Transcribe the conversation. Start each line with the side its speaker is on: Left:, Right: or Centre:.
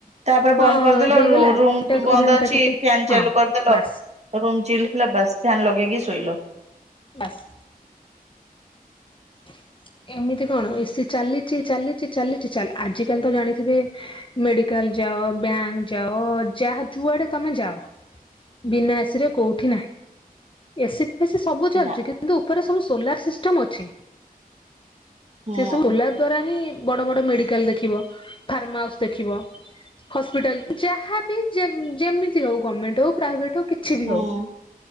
Right: ତାପରେ
Left: ହଁ
Right: ବନ୍ଦ କରିଦେଲ
Left: ହେଇଗଲା
Right: ରୁମ
Left: ଠିକ୍ ଠାକ୍
Right: ବନ୍ଦ
Left: ରୁମ୍ ଟା
Right: ଅଛି,
Left: ଟିକେ
Right: ଫ୍ୟାନ
Left: ହଁ
Right: ଚାଲୁ କରିଦେଲ
Left: ବାସ୍
Right: ହେଲୋ ରୋମ୍ ଚାଇଲ୍ଡ ହେଲା ବାସ୍ ଫ୍ୟାନ ଲଗେଇକି ଶୋଇଲ
Left: ବାସ୍ <inaudible> ଏମିତି କଣ ଏସି ଚାଲିଛି ଚାଲିଛି ଚାଲିଛି ଆଜିିକାଲି ତ ଜାଣିଥିବେ ମେଡିକାଲ ଯାଅ ବ୍ୟାଙ୍କ ଯାଅ ଯାହା ଯୁଆଡେ ତମେ ଯାଅ ବିନାସ ରେ କୋଉଠି ନାହିଁ ଏସି ସବୁ
Right: ନା।
Left: ଚାଲଛି କିନ୍ତୁ ଉପରେ ସବୁ ସୋଲାର ସିଷ୍ଟମ ଅଛି।
Right: ମାନେ
Left: ସେ ସବୁ ସୋଲାର ଦ୍ଵାରା ହିଁ ବଡ ବଡ ମେଡିକାଲ ଦେଖିବ ଫାର୍ମା ହାଉସ ଦେଖିବ ହସ୍ପିଟାଲ ଯାହାବ ଯେମିତି ହଉ ଗଭର୍ମେଣ୍ଟ ହଉ ପ୍ରାଇଭେଟ ହଉ କିଛି ବି
Right: ଗୋଟେ
Left: ହଉ